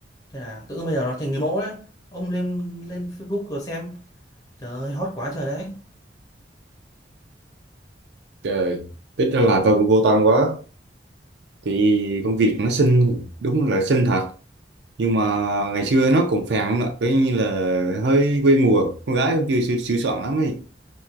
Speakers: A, on the left; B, on the right.
A: Thế là tự dưng bây giờ nó thành người mẫu đấy. Ông lên lên Facebook rồi xem. Trời ơi, hot quá trời đấy.
B: trời ít ra là tôi cũng vô tâm quá thì công việc nó xinh đúng là xinh thật nhưng mà ngày xưa nó cũng phèn lắm ạ, coi như là hơi quê mùa con gái cũng chưa sửa soạn lắm ấy